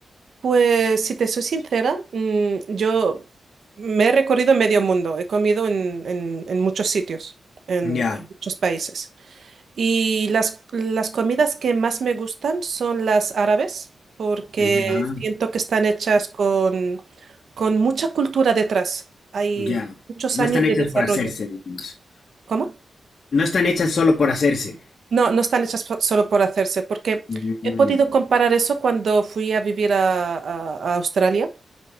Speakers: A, on the right; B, on the left.
A: Pues si te soy sincera, mm, yo me he recorrido medio mundo, he comido en, en en muchos sitios, en
B: Ya,
A: en muchos países. Y las, las comidas que más me gustan son las árabes, porque
B: ya.
A: siento que están hechas con, con mucha cultura detrás. Hay
B: Ya.
A: muchos
B: No
A: años
B: están hechas
A: de desarrollo.
B: por hacerse, digamos.
A: ¿Cómo?
B: No están hechas solo por hacerse.
A: No, no están hechas fo- solo por hacerse, porque
B: Mm,
A: he podido comparar eso cuando fui a vivir a, a- a Australia.